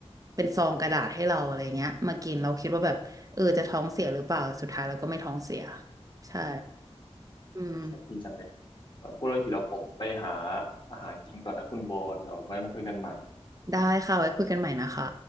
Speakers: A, on the right (about 30°); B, on the left (about 45°).
A: เป็นซองกระดาษให้เราอะไรเงี้ยมากินเราคิดว่าแบบเออจะท้องเสียหรือเปล่าสุดท้ายเราก็ไม่ท้องเสียใช่อืม
B: โชคดีจังเลยพูดเรื่องทีเราผมไปหาอาหารกินก่อนนะคุณโบเดี๋ยวไว้มาคุยกันใหม่
A: ได้ค่ะไว้คุยกันใหม่นะคะ